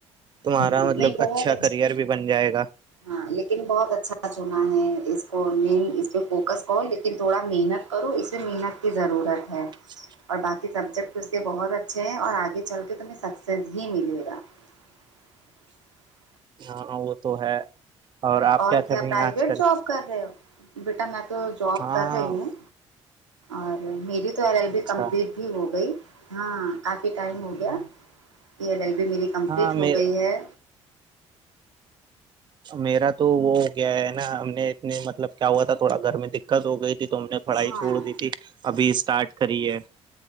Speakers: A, on the right; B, on the right.
A: تمہارا
B: نہیں
A: مطلب
B: بہت
A: اچھا کریئر بھی بن جائے گا
B: ہاں لیکن بہت اچھا چنا ہے اس کو مین اس پہ فوکس کون لیکن تھوڑا محنت کرو اس میں محنت کی ضرورت ہے
A: جی
B: اور باقی سبجیکٹ اس کے بہت اچھے ہیں اور آگے چل کے تمہیں سکسیز بھی ملے گا <inaudible>
A: ہاں وہ تو ہے آپ
B: اور
A: کر
B: کیا
A: رہی
B: پرائیویٹ
A: ہیں آج کل
B: جاب کر رہے ہو بیٹا میں تو جاب
A: ہاں
B: کر رہی ہوں اور میری تو ایل ایل بی
A: اچھا
B: کمپلیٹ ہو گئی ہاں کافی ٹائم ہو گیا یہ ایل ایل بی میری کمپلیٹ
A: ہاں میرا
B: ہو گئی ہے
A: میرا تو وہ گیا ہے نا ہم نے اتنے مطلب کیا ہوا تھا تھوڑا گھر میں دقت ہو گئی تھی تو ہم نے پڑھائی
B: ہاں
A: چھوڑ دی تھی ابھی اسٹارٹ کری ہے